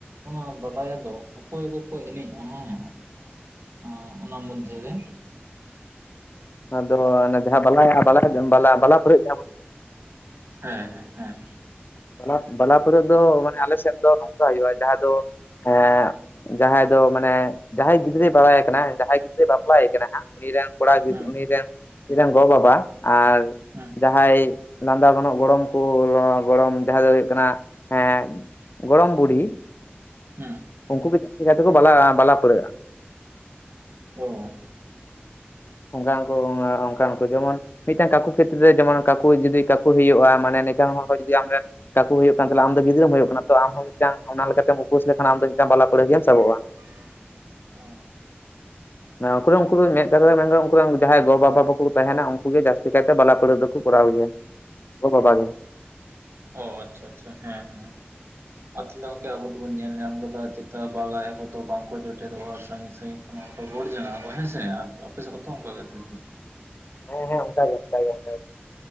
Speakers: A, on the right; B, on the left.
A: ᱚᱱᱟ ᱵᱟᱫᱟᱭᱟ ᱫᱚ ᱚᱠᱚᱭ ᱠᱚᱠᱚ ᱮᱱᱮᱡᱼᱟ ᱦᱮᱸ ᱚᱸ ᱚᱱᱟ ᱢᱚᱫᱽᱫᱷᱮ ᱨᱮ
B: ᱟᱫᱚ ᱡᱟᱦᱟᱸ ᱵᱟᱞᱟᱭᱟ ᱵᱟᱞᱟ ᱵᱟᱞᱟ ᱯᱟ. ᱲᱦᱟ. ᱜ ᱡᱟᱦᱟᱸ ᱵᱚᱱ
A: ᱦᱮᱸ ᱦᱮᱸ ᱦᱮᱸ
B: ᱵᱟᱞᱟ ᱵᱟᱞᱟ ᱞᱟᱹᱲᱦᱟᱹᱭᱟ ᱫᱚ ᱢᱟᱱᱮ ᱟᱞᱮ ᱥᱮᱱ ᱫᱚ ᱱᱚᱝᱠᱟ ᱦᱩᱭᱩᱜᱼᱟ ᱡᱟᱦᱟᱸ ᱫᱚ ᱮᱸ ᱡᱟᱦᱟᱸᱭ ᱫᱚ ᱢᱟᱱᱮ ᱡᱟᱦᱟᱸᱭ ᱜᱤᱫᱽᱨᱟᱹᱭ ᱵᱟᱲᱟᱭᱮ ᱠᱟᱱᱟ ᱡᱟᱦᱟᱸᱭ ᱜᱤᱫᱽᱨᱟᱹᱭ ᱵᱟᱯᱞᱟᱭᱮ ᱠᱟᱱᱟ ᱦᱟᱸᱜ ᱩᱱᱤ ᱨᱮᱱ ᱠᱚᱲᱟ ᱜᱤᱫ
A: ᱦᱮᱸ
B: ᱩᱱᱤ ᱨᱮᱱ ᱱᱤ ᱨᱮᱱ ᱜᱚ ᱵᱟᱵᱟ ᱟᱨ
A: ᱦᱮᱸ
B: ᱡᱟᱦᱟᱸᱭ ᱞᱟᱸᱫᱟ ᱜᱟᱱᱚᱜ ᱜᱚᱲᱚᱢ ᱠᱟ ᱜᱚᱲᱚᱢ ᱡᱟᱦᱟᱸ ᱫᱚ ᱦᱩᱭᱩᱜ ᱠᱟᱱᱟ ᱦᱮᱸ ᱜᱚᱲᱚᱢ ᱵᱩᱰᱦᱤ
A: ᱦᱩᱸ
B: ᱩᱱᱠᱩ ᱜᱮ ᱡᱟᱹᱥᱛᱤ ᱠᱟᱭᱛᱮᱠᱚ ᱵᱟᱞᱟ ᱵᱟᱞᱟ ᱯᱟᱹᱲᱦᱟᱹᱜᱼᱟ
A: ᱚ-
B: ᱚᱱᱠᱟᱠᱚ ᱚᱱᱟ ᱚᱱᱠᱟᱠᱚ ᱡᱚᱢᱚᱱ ᱢᱤᱫᱴᱟᱝ ᱠᱟᱠᱩ ᱠᱷᱮᱛᱨᱮ ᱨᱮ ᱡᱮᱢᱚᱱ ᱠᱟᱠᱩᱭ ᱡᱩᱫᱤ ᱠᱟᱠᱩ ᱦᱩᱭᱩᱜᱼᱟ ᱢᱟᱱᱮ ᱱᱝᱠᱟᱱ ᱦᱚᱲ ᱡᱩᱫᱤ ᱟᱢ ᱨᱮᱱ ᱠᱟᱠᱩ ᱦᱩᱭᱩᱜ ᱠᱟᱱ ᱛᱟᱞᱮ ᱟᱢ ᱫᱚ ᱜᱤᱫᱽᱨᱟᱹᱢ ᱦᱩᱭᱩᱜ ᱠᱟᱱᱟ ᱛᱚ ᱟᱢ ᱦᱚᱸ ᱢᱤᱫᱴᱟᱝ ᱚᱱᱟ ᱞᱮᱠᱟᱛᱮᱢ ᱩᱯᱟᱹᱥ ᱞᱮᱠᱷᱟᱱ ᱟᱢ ᱫᱚ ᱢᱤᱫᱴᱟᱱ ᱵᱟᱞᱟ ᱠᱚᱲᱟ ᱜᱮᱢ ᱥᱟᱵᱚᱜᱼᱟ
A: <inaudible> ᱮᱸ
B: ᱩᱱᱠᱩ ᱩᱱᱠᱩ ᱫᱚ ᱢᱟᱱᱮ ᱩᱱᱠᱩ ᱨᱮᱱ ᱡᱟᱦᱟᱸᱭ ᱜᱚᱼ ᱵᱟᱵᱟ ᱠᱚ ᱛᱟᱦᱮᱱᱟ ᱩᱱᱠᱩᱜ ᱜᱮ ᱡᱟᱹᱥᱛᱤ ᱠᱟᱭᱛᱮ ᱵᱟᱞᱟ ᱯᱟᱹᱲᱦᱟᱹ ᱫᱚᱠᱚ ᱠᱚᱨᱟᱣ ᱜᱮᱭᱟ ᱜᱚ ᱵᱟᱵᱟ ᱜᱮ
A: ᱚ ᱟᱪᱪᱷᱟ ᱟᱪᱪᱷᱟ ᱦᱮᱸ ᱦᱮᱸ ᱟᱨ ᱛᱟᱦᱚᱞᱮ‌ ᱟᱵᱚ ᱫᱚᱵᱚᱱ ᱧᱮᱞ ᱧᱟᱢ ᱜᱚᱫᱟ ᱪᱮᱛᱟ ᱞᱟᱦᱟᱭᱟ ᱠᱚ ᱫᱚ ᱵᱟᱝᱠᱚ ᱡᱚᱴᱮᱫᱚᱜ-ᱟ ᱥᱟᱸᱜᱤᱧ ᱥᱟᱺᱜᱤᱧ᱾ ᱚᱱᱟ ᱠᱚ ᱜᱚᱰ ᱡᱚᱱᱟᱜ-ᱟ ᱠᱚ ᱦᱮᱸ ᱥᱮ ᱟᱨ ᱟᱯᱮ ᱥᱮᱫ ᱦᱚᱸ ᱛᱤᱱᱟᱹᱜ ᱠᱚ ᱜᱚᱰ ᱡᱚᱱᱟᱜ-ᱟ
B: ᱦᱮᱸ ᱦᱮᱸ ᱚᱝᱠᱟ ‌ᱜᱮ ᱚᱝᱠᱟ ᱜᱮ ᱚᱝᱠᱟ ᱜᱮ᱾